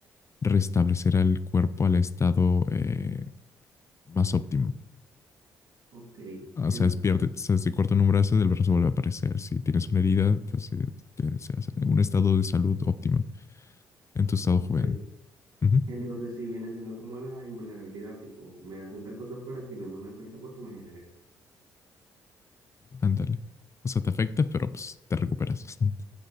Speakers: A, on the left (about 30°); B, on the right (about 70°).
A: restablecer al cuerpo al estado eh, más óptimo.
B: ok,
A: O
B: en-
A: sea, es pierde, o sea, si cortan un brazo, el brazo vuelve a aparecer. Si tienes una herida, te hace, te hace un estado de salud óptimo en tu estado
B: ok,
A: joven. Ujú.
B: entonces si viene siendo como la invulnerabilidad, tipo, me hacen tal cosa, pero al final no me afecta porque me genera.
A: Ándale. O sea, te afecta, pero pues te recuperas. <laughs>